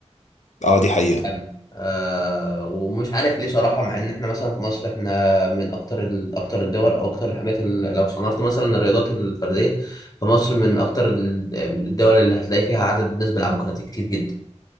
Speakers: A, on the left (about 85°); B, on the left (about 35°).
A: اه دي حقيقه
B: أوي. أه ومش عارف ليه صراحه مع ان احنا مثلا في مصر احنا من اكتر ال... اكتر الدول او اكتر الحاجات اللي لو صنفت مثلا الرياضات الفرديه فمصر من اكتر ال- الدول اللي هتلاقي فيها عدد ناس بيلعبوا كاراتيه كتير جدا